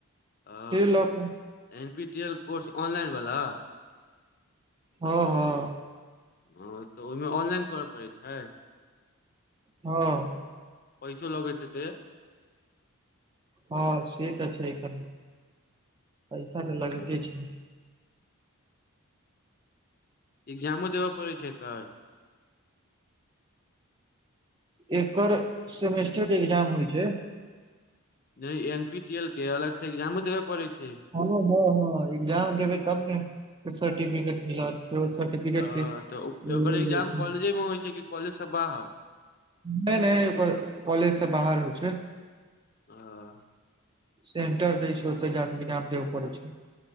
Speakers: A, on the left (about 40°); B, on the right (about 20°).
A: आ
B: से लऽ कऽ
A: N P T L course online बला
B: हँ हँ
A: हँ तऽ ओहिमे ऑनलाइन करय पड़ैत छय
B: हँ
A: पैसो लगै हेतय
B: हँ से तऽ छै एखन पैसा
A: हँ,
B: तऽ लगते छय
A: एग्जामो देबऽ पड़ै छै एकर
B: एकर सेमेस्टर के एग्जाम होइ छय
A: नहि एन पी टी एल के अलग से एग्जामो देबय पड़ै छय
B: हँ हँ हँ एग्जाम देबै तब ने सर्टिफिकेट मिलत <unintelligible>
A: अ तऽ
B: लेवल
A: ओकर एग्जाम
B: जाइ छै।
A: कॉलेजे में होइ छै कि कॉलेजसँ बाहर
B: नहि नहि ओकर कॉलेजसँ बाहर होइ छय
A: हं
B: सेंटर दऽ छै ओते जाक इजाम देब पड़े छै